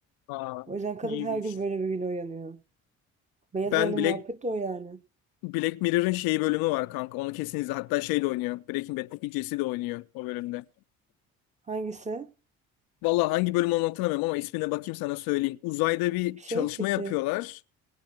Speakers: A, on the left; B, on the right.
A: aa,
B: O yüzden kadın
A: iyiymiş.
B: her gün böyle bir güne uyanıyor. Beyaz
A: Ben
B: ayının
A: Black
B: muhabbeti de o yani.
A: Black Mirror'ın şey bölümü var kanka. Onu kesin izle. Hatta şey de oynuyor. Breaking Bad'deki Jesse de oynuyor o bölümde.
B: Hangisi?
A: Vallahi hangi bölüm olduğunu hatırlamıyorum ama ismine bakayım sana söyleyeyim. Uzayda bir
B: Şey
A: çalışma
B: peki.
A: yapıyorlar.